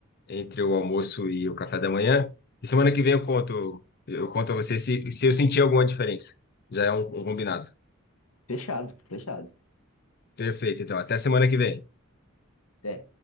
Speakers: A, on the left; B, on the left.
A: entre o almoço e o café da manhã. E semana que vem eu conto, eu conto a você se, se eu sentir alguma diferença. Já é um, um combinado.
B: Fechado, fechado.
A: Perfeito, então. Até semana que vem.
B: É.